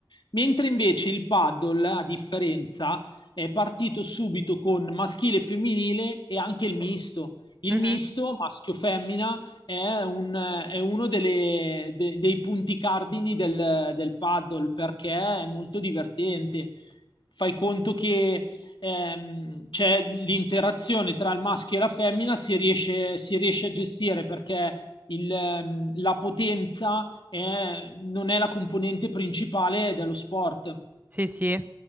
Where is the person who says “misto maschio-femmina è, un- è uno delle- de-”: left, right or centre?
Left